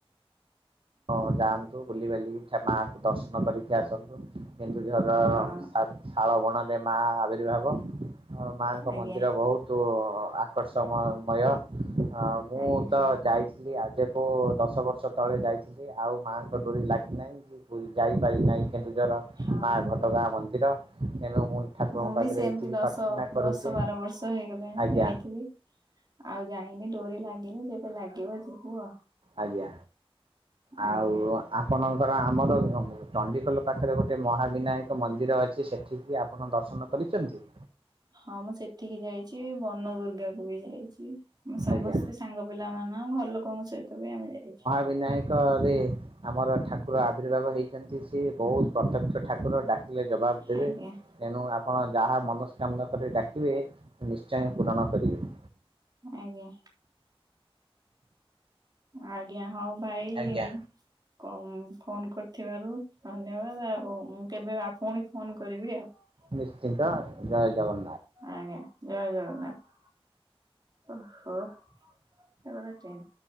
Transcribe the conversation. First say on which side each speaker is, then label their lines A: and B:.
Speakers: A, on the right (about 65°); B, on the right (about 45°).
A: ହଁ ଯାଆନ୍ତୁ ବୁଲିିବାଲିକି ଠା ମାଆଙ୍କୁ ଦର୍ଶନ କରିକି ଆସନ୍ତୁ। କେନ୍ଦୁଝର
B: ହଁ
A: ଶା ଶାଳ ବଣରେ ମା ଆବିର୍ଭାବ। ଆ ମା ଙ୍କ
B: ଆଜ୍ଞା
A: ମନ୍ଦିର ବହୁତୁ ଆକର୍ଷମୟ। ହଁ ମୁଁ
B: ଆଜ୍ଞା
A: ତ ଯାଇଥିଲି ଆଜକୁ ଦଶ ବର୍ଷ ତଳେ ଯାଇଥିଲି। କି ଆଉ ମାଆଙ୍କ ଡୋରି ଲାଗି ନାହିଁ କି। କୁ ଯାଇପାରି ନାହିଁ କେନ୍ଦୁଝର
B: ହଁ।
A: ମା ଘଟଗାଁ ମନ୍ଦିର। ତେଣୁ ଠାକୁରଙ୍କ
B: ମୁଁ ବି
A: ପାଖରେ
B: ସେମିତି
A: ଏତିକି
B: ଦଶ
A: ପ୍ରାର୍ଥନା କରୁଛି
B: ଦଶ, ବାର ବର୍ଷ ହେଇଗଲାଣି
A: ଆଜ୍ଞା
B: ଯାଇଥିଲି। ଆଉ ଯାଇନି ଡୋରି ଲାଗିନି ଯେବେ ଲାଗିବ ଯିବୁ ଆଉ।
A: ଆଜ୍ଞା ଆଉ
B: ଆଜ୍ଞା।
A: ଆପଣଙ୍କର ଆମର <unintelligible> ଚଣ୍ଡିଖୋଲ ପାଖରେ ଗୋଟେ ମହାବିନାୟକ ମନ୍ଦିର ଅଛି। ସେଠିକି ଆପଣ ଦର୍ଶନ କରିଚନ୍ତି?
B: ହଁ ମୁଁ ସେଠିକି ଯାଇଚି ବନ ଦୁର୍ଗାକୁ ବି ଯାଇଚି ମୁଁ ସମସ୍ତେ
A: ଆଜ୍ଞା
B: ସାଙ୍ଗ ପିଲା ମାନ ଘର ଲୋକଙ୍କ ସହିତ ବି ଆମେ ଯାଇଚୁ।
A: ବିନାୟକ ରେ ଆମର ଠାକୁର ଆବିର୍ଭାବ ହେଇଛନ୍ତି ସିଏ ବହୁତ ପ୍ରତ୍ୟକ୍ଷ ଠାକୁର। ଡାକିଲେ ଜବାବ ଦେବେ।
B: ଆଜ୍ଞା
A: ତେଣୁ ଆପଣ ଯାହା ମନସ୍କାମନା କରି ଡାକିବେ ନିଶ୍ଚୟ ପୂରଣ କରିବେ।
B: ଆଜ୍ଞା। ଆଜ୍ଞା ହଉ ଭାଇ।
A: ଆଜ୍ଞା
B: କ ଫୋନ କରିଥିବାରୁ ଧନ୍ୟବାଦ ଆଉ ମୁଁ। କେବେ ଆ ପୁଣି ଫୋନ କରିବି ଆଉ।
A: ନିଶ୍ଚିନ୍ତ ଜୟ ଜଗନ୍ନାଥ।
B: ଆଜ୍ଞା ଜୟ ଜଗନ୍ନାଥ। ଓହୋ ଏ ଗୋଟେ ଟେନ୍